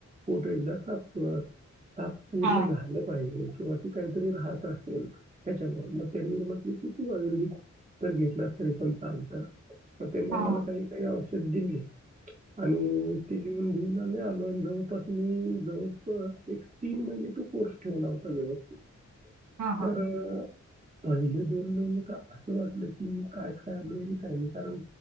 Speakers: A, on the right (about 25°); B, on the right (about 80°).
A: पोट एकदा साफ कर. का पूर्ण
B: हां, हां.
A: झालं पाहिजे. किंवा ती काहीतरी राहत असेल त्याच्यावर मग त्यांनी म्हटले की तू आयुर्वेदिक तर घेतलास तरी पण चालत. मग त्यांनी
B: हां,
A: आम्हाला
B: हां.
A: सांगितलं ही औष ध <unintelligible> दिली आणि जुन ला मी आलो आणि जवळपास मी जवळपास एक तीन महिने तो कोर्स ठेवला होता व्यवस्थित.
B: हां, हां.
A: खरं पहिले दोन महिने का असं वाटलं की मी काय खायालोय नि काय नाही कारण